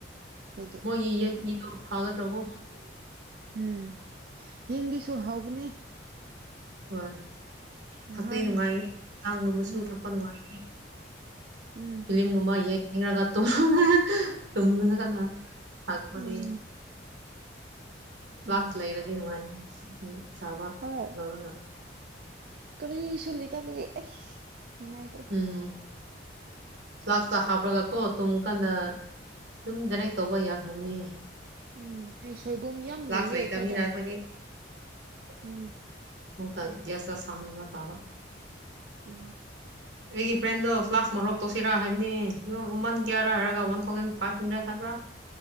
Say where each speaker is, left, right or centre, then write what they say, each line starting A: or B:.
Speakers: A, on the right; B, on the right.
A: ꯑꯗꯨꯗꯤ
B: ꯃꯣꯏꯒꯤ ꯌꯦꯟꯒꯤꯗꯣ ꯐꯥꯒꯗ꯭ꯔꯣꯀꯣ꯫
A: ꯎꯝ ꯌꯦꯟꯒꯤꯁꯨ ꯍꯥꯎꯕꯅꯦ꯫
B: ꯍꯣꯏ
A: ꯅꯍꯥꯟ
B: ꯊꯛꯄꯤ ꯅꯨꯡꯉꯥꯏꯅꯤ ꯑꯉꯥꯡꯒꯨꯝꯕꯁꯨ
A: ꯎꯝ
B: ꯊꯛꯄ ꯅꯨꯡꯉꯥꯏꯅꯤ꯫
A: ꯎꯝ
B: ꯐꯤꯂꯤꯝꯒꯨꯝꯕ ꯌꯦꯡꯅꯤꯡꯔꯒ ꯇꯨꯝ <unintelligible> ꯊꯥꯛꯄꯗꯤ
A: ꯎꯝ
B: ꯐ꯭ꯂꯥꯛꯁ
A: ꯎꯝ
B: ꯂꯩꯔꯗꯤ ꯅꯨꯡꯉꯥꯏꯅꯤ ꯏꯁꯤꯡ ꯑꯁꯥꯥꯕ
A: ꯍꯣꯏ꯫
B: ꯂꯧꯔꯒ꯫
A: ꯀꯔꯤꯁꯨ ꯂꯩꯇꯕꯒꯤ ꯅꯨꯡꯉꯥꯏꯇ
B: ꯎꯝ꯫ ꯐ꯭ꯂꯥꯛꯁꯇ ꯍꯥꯞꯄ꯭ꯔꯒꯀꯣ ꯇꯨꯝ ꯀꯥꯟꯗ ꯑꯗꯨꯝ ꯗꯥꯏꯔꯦꯛ ꯇꯧꯕ ꯌꯥꯈ꯭ꯔꯅꯤ꯫
A: ꯎꯝ ꯑꯦ ꯁꯣꯏꯕꯨꯝ ꯌꯥꯝ
B: ꯐ꯭ꯂꯥꯛꯁ
A: ꯂꯩꯌꯦ
B: ꯂꯩꯇꯕꯅꯤꯅ
A: ꯑꯩꯈꯣꯏꯗ
B: ꯑꯩꯈꯣꯏꯗꯤ
A: ꯎꯝ꯫
B: ꯃꯨꯛꯇ ꯒ꯭ꯌꯥꯁ ꯁꯥꯍꯟꯕ ꯇꯥꯕ꯫
A: ꯎꯝ꯫
B: ꯑꯩꯒꯤ ꯐ꯭ꯔꯦꯟꯗꯣ ꯐ꯭ꯂꯥꯛꯁ ꯃꯣꯔꯣꯛ ꯇꯧꯁꯤꯔꯥ ꯍꯥꯏꯕꯅꯤ ꯑꯗꯨ ꯃꯃꯟ ꯀꯌꯥꯔꯥ ꯍꯥꯏꯔꯒ ꯋꯥꯟ ꯊꯥꯎꯖꯟ ꯐꯥꯏꯚ ꯍꯟꯗ꯭ꯔꯦꯠ ꯍꯥꯏꯕ꯭ꯔꯥ